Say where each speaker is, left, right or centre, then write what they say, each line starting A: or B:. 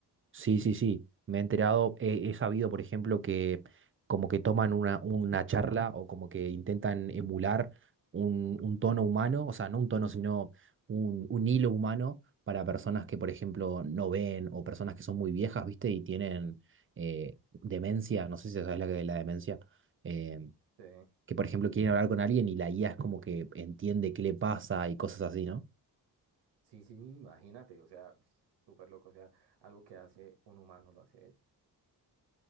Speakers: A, on the right; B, on the right.
A: Sí, sí, sí. Me he enterado, he, he sabido, por ejemplo, que como que toman una, una charla o como que intentan emular un, un tono humano, o sea, no un tono, sino un, un hilo humano para personas que, por ejemplo, no ven o personas que son muy viejas, ¿viste? Y tienen eh, demencia, no sé si sabes la que la demencia, eh,
B: Sí.
A: que, por ejemplo, quieren hablar con alguien y la guía es como que entiende qué le pasa y cosas así, ¿no?
B: Sí, sí, imagínate, o sea, súper loco, o sea, algo que hace un humano lo hace ella.